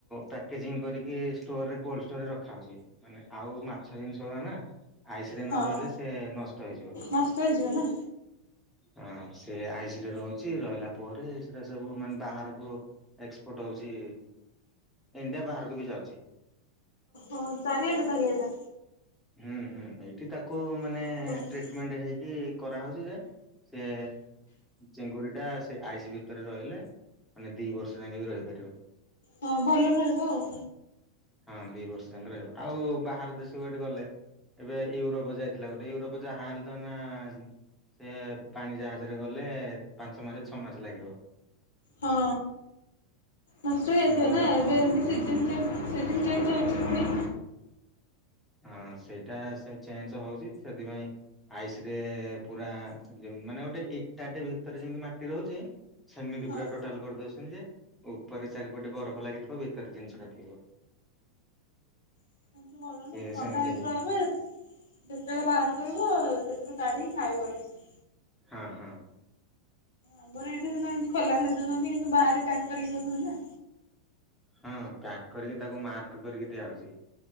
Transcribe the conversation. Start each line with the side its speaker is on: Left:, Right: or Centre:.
Centre: ପ୍ୟାକେଜିଂ କରିକି ଷ୍ଟୋରରେ କୋଲ୍ଡ ଷ୍ଟୋରରେ ରଖାହେଉଛି ମାନେ ଆଉ ଛା ଜିନିଷରା ନା ଆଇସ ରେ ନ
Left: ହଁ
Centre: ରହିଲେ ସେ ନଷ୍ଟ ହେଇଯିବ।
Left: ନଷ୍ଟ ହେଇଯିବ ନା
Centre: ହଁ ସେ ଆଇସରେ ରହୁଛି ରହିଲା ପରେ ସେଟା ସବୁ ମାନେ ବାହାରକୁ ଏକ୍ସପୋର୍ଟ ହେଉଛି ଇଣ୍ଡିଆ ବାହାରକୁ ବି ଯାଉଛି।
Left: ହ ଚାରି ହଜାର ତାହେଲେ ଏଇଟା।
Centre: ହୁଁ ହୁଁ ଏଇଠି ତାକୁ ମାନେ
Left: ଆଉ ହଁ
Centre: ଟ୍ରିଟମେଣ୍ଟ ହେଇକି କରାହେଉଛି ଯେ ସେ ଚିଙ୍ଗୁଡ଼ିଟା ସେ ଆଇସ୍ ଭିତରେ ରହିଲେ ମାନେ ଦି ବର୍ଷ ଯାକେ ବି ରହିପାରିବ।
Left: ହଁ ଭଲ ରହିବ ଆଉ।
Centre: ହଁ ଦି ବର୍ଷ ଯାଙ୍କେ ରହିବ ଆଉ ବାହାର ଦେଶକୁ ଏଠି ଗଲେ ଏବେ ୟୁରୋପ ଯାଇଥିଲା ଗୋଟେ ୟୁରୋପ ଯାହା ହେଲେ ତ ନା ସେ ପାଣି ଜାହାଜରେ ଗଲେ ପାଞ୍ଚ ମାସେ ଛଅ ମାସେ ଲାଗିବ।
Left: ହଁ ନଷ୍ଟ
Centre: ସେଇଠି
Left: ହେଯାଇଥିବ
Centre: ଗଲା
Left: ନା ଏବେ
Centre: ପ
Left: ଏମିତି ସି ସିଜନ ଚେଞ୍ଜ ହେଉଛି ପୁଣି।
Centre: ହଁ ସେଇଟା ସେ ଚେଞ୍ଜ ହଉଛି ସେଥିପାଇଁ ଆଇସ ରେ ପୁରା ମାନେ ଗୋଟେ ଏଇଟାଟେ ଭିତରେ ଯେମତି ମାଟି ରହୁଛି ସେମିତି
Left: ହଁ।
Centre: ପୁରା ଟୋଟାଲ କରିଦଉଛନ୍ତି ଯେ ଉପରେ ଚାରିପଟେ ବରଫ ଲାଗିଥିବ ଭିତରେ ଜିନିଷଟା ଥିବ।
Left: ଏମିତି ଭଲ
Centre: ସେ
Left: ଥଣ୍ଡା
Centre: ସେମିତି
Left: ହେଇକି ରହିବ ଯେତେବେଳେ ବାହାର କରିବ ଆଉ ସେତେ ତାଡ଼ିକି ଖାଇବ ଆଣିକି।
Centre: ହଁ ହଁ।
Left: ଆମର ଏଇଠି ସିନା ଏମତି ଖୋଲାରେ ଦେଇ ଦଉଛନ୍ତି କିନ୍ତୁ ବାହାରେ ପ୍ୟାକ୍ କରିକି ଦଉଛନ୍ତି ନା।
Centre: ହଁ ପ୍ୟାକ୍ କରିକି ତାକୁ ମାର୍କ କରିକି ଦିଆହଉଛି।